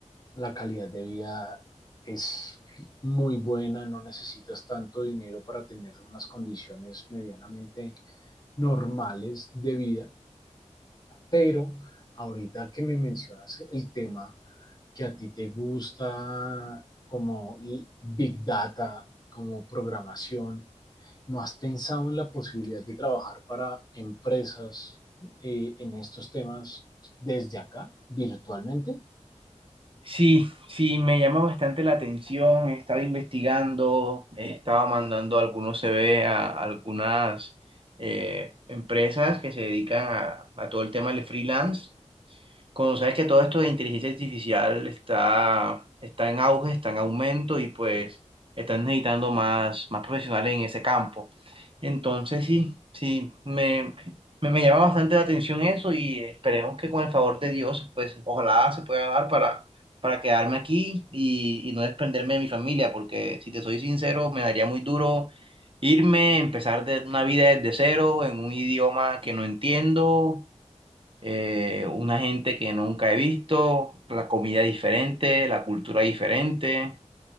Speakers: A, on the left (about 35°); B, on the right (about 45°).
A: la calidad de vida es muy buena, no necesitas tanto dinero para tener unas condiciones medianamente normales de vida, pero ahorita que me mencionas el tema que a ti te gusta como Big Data, como programación, ¿no has pensado en la posibilidad de trabajar para empresas eh, en estos temas desde acá, virtualmente?
B: Sí, sí, me llama bastante la atención, he estado investigando, he estado mandando algunos CV a algunas eh, empresas que se dedican a, a todo el tema del freelance cuando sabes que todo esto de inteligencia artificial está, está en auge, está en aumento y pues están necesitando más, más profesionales en ese campo. Entonces sí, sí, me, me, me llama bastante la atención eso y esperemos que con el favor de Dios, pues ojalá se pueda dar para, para quedarme aquí y, y no desprenderme de mi familia, porque si te soy sincero, me daría muy duro irme, empezar de, una vida desde cero en un idioma que no entiendo eh, una gente que nunca he visto, la comida diferente, la cultura diferente.